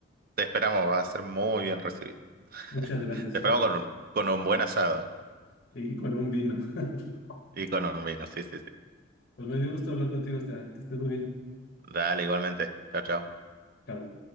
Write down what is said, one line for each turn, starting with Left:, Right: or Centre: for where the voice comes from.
Right: te esperamos, va a ser muy bien recibido. <laughs>
Left: Muchas gracias,
Right: Te
Left: Esteban.
Right: esperamos con un, con un buen asado. ¿eh?
Left: y con un vino. <laughs>
Right: Y con un vino, sí, sí, sí.
Left: Pues me dio gusto hablar contigo, Esteban. Que estés muy bien.
Right: Dale, igualmente. Chao, chao.
Left: Chao.